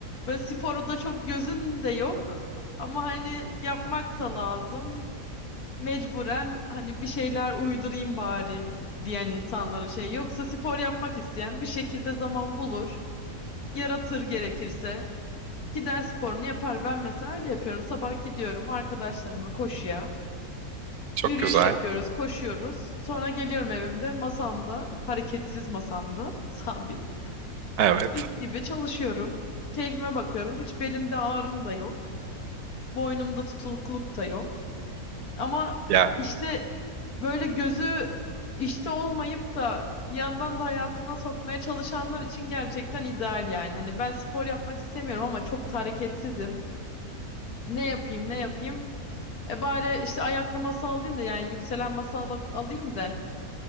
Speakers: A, on the left; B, on the right.
A: böyle sporu da çok gözün de yok ama hani yapmak da lazım. mecburen hani bir şeyler uydurayım bari diyen insanların şey. Yoksa spor yapmak isteyen bir şekilde zaman bulur, yaratır gerekirse. Gider sporunu yapar. Ben mesela öyle yapıyorum. Sabah gidiyorum arkadaşlarımla koşuya.
B: Çok
A: Yürüyüş
B: güzel.
A: yapıyoruz, koşuyoruz. Sonra geliyorum evimde masamda, hareketsiz masamda, <laughs> sabit.
B: Evet.
A: Mis gibi çalışıyorum. Keyfime bakıyorum. Hiç belimde ağrım da yok. Boynumda tutulukluk da yok. Ama
B: Ya
A: işte Böyle gözü işte olmayıp da bir yandan da hayatına sokmaya çalışanlar için gerçekten ideal yani. Hani ben spor yapmak istemiyorum ama çok da hareketsizim. Ne yapayım ne yapayım? E bari işte ayaklı masa alayım da yani yükselen masa ala- alayım da